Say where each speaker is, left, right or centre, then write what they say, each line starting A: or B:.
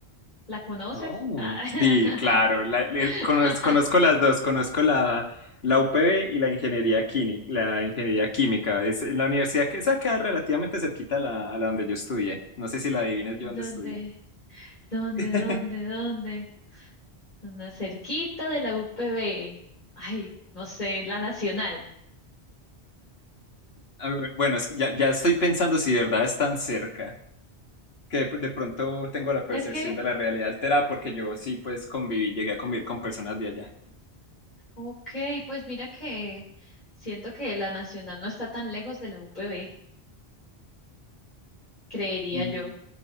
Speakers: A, on the left; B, on the left.
A: ¿La conoces?
B: No.
A: Ah.
B: Sí, claro, la- le-
A: <laughs>
B: conoz- conozco, las dos, conozco la, la UPB y la ingeniería química, la ingeniería química. Es en la universidad que esa queda relativamente cerquita a la, a la donde yo estudié. No sé si la adivinas
A: ¿Dónde?
B: yo dónde estudié.
A: ¿Dónde?
B: <laughs>
A: ¿Dónde? ¿Dónde? Una cerquita de la UPB. Ay, no sé, la Nacional.
B: Ah, bu- Bueno, es que ya, ya estoy pensando si de verdad es tan cerca, que de, de pronto tengo la percepción
A: Es que,
B: de la realidad alterada porque yo sí pues conviví, llegué a convivir con personas de allá.
A: ok, pues mira que siento que la Nacional no está tan lejos de la UPB, creería
B: Mm.
A: yo.